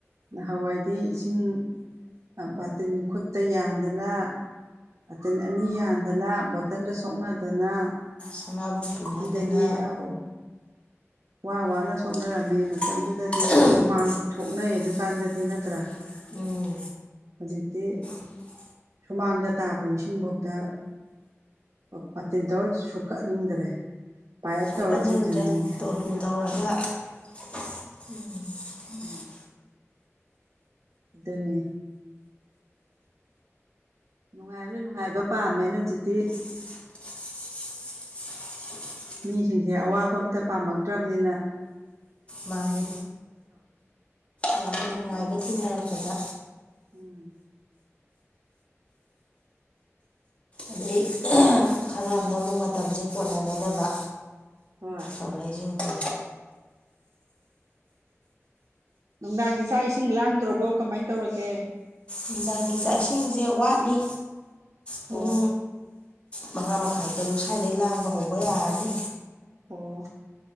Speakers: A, on the right; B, on the left.
A: ꯅꯍꯥꯋꯥꯏꯗꯤ ꯏꯁꯤꯡ ꯑꯥ ꯕꯥꯇꯤꯟ ꯈꯨꯠꯇ ꯌꯥꯟꯗꯅ ꯑꯠꯇꯤꯟ ꯑꯅꯤ ꯌꯥꯟꯗꯅ ꯕꯣꯇꯟꯗ ꯁꯣꯛꯅꯗꯅ
B: ꯁꯅꯥꯕꯨꯨꯟ ꯄꯨꯟꯅꯗꯅ
A: ꯄꯨꯈ꯭ꯔꯤꯗꯒꯤ ꯑꯧ ꯋꯥ ꯋꯥꯅ
B: ꯃꯥ
A: ꯁꯣꯛꯅꯔꯝꯃꯤ
B: ꯃꯥꯅ ꯁꯣꯛꯅꯔꯅꯤ
A: ꯃꯇꯝꯗꯨꯗꯗꯤ ꯍꯨꯃꯥꯡꯁꯨ
B: ꯁꯅꯩ
A: ꯊꯣꯛꯅꯩ ꯑꯗꯨꯀꯥꯟꯗꯗꯤ
B: ꯗꯨꯀꯥꯟꯗꯁꯨ
A: ꯅꯠꯇ꯭ꯔꯥ
B: <unintelligible> <unintelligible> <unintelligible> ꯎꯝ
A: ꯍꯧꯖꯤꯛꯇꯤ
B: <unintelligible> <unintelligible>
A: ꯁꯨꯃꯥꯡꯗ ꯇꯥꯕ ꯏꯁꯤꯡꯐꯥꯎꯗ ꯄꯥꯇꯤꯟ ꯇꯧꯔ ꯁꯣꯛꯀꯠꯅꯤꯡꯗ꯭ꯔꯦ ꯄꯥꯏꯞ
B: ꯁꯣꯛꯀꯟꯅꯤꯡꯗ꯭ꯔꯦ
A: ꯇꯧꯔ ꯆꯤꯡꯁꯤꯟꯅꯤꯡꯉꯦ
B: ꯇꯣꯂꯨ ꯇꯧꯔꯒ ꯎꯝ ꯎꯝ
A: ꯑꯗꯨꯅꯤ ꯅꯨꯡꯉꯥꯏꯕꯅ ꯅꯨꯡꯉꯥꯏꯕ ꯄꯥꯝꯃꯦꯅ ꯍꯧꯖꯤꯛꯇꯤ
B: <unintelligible> <inaudible> <inaudible>
A: ꯃꯤꯁꯤꯡꯁꯦ ꯑꯋꯥꯕ ꯑꯝꯇ ꯄꯥꯝꯂꯛꯇ꯭ꯔꯕꯅꯤꯅ
B: ꯃꯥꯅꯤ ꯃꯥꯅꯤ ꯅꯨꯡꯉꯥꯏꯕ ꯊꯤꯅꯔꯛꯄꯗ
A: ꯎꯝ
B: ꯑꯗꯩ ꯈꯔ ꯑꯃꯅ ꯑꯃꯨꯛ ꯃꯇꯝꯁꯦ ꯀꯣꯟꯅꯅꯗꯕ
A: ꯍꯣꯏ
B: ꯇꯧꯅꯩꯁꯤꯡꯁꯦ
A: ꯅꯨꯡꯗꯥꯡꯒꯤ ꯆꯥꯛ ꯏꯁꯤꯡ ꯂꯥꯡꯗ꯭ꯔꯥꯕꯣ ꯀꯃꯥꯏꯅ ꯇꯧꯔꯒꯦ
B: ꯅꯨꯡꯗꯥꯡꯒꯤ ꯆꯥꯛ ꯏꯁꯤꯡꯁꯦ ꯋꯥꯠꯂꯤ
A: ꯑꯣ
B: ꯄꯨꯡ ꯃꯉꯥ ꯃꯈꯥꯏ ꯇꯔꯨꯛ ꯁ꯭ꯋꯥꯏꯗꯩ ꯂꯥꯡꯕ ꯍꯧꯕ ꯌꯥꯔꯅꯤ
A: ꯑꯣ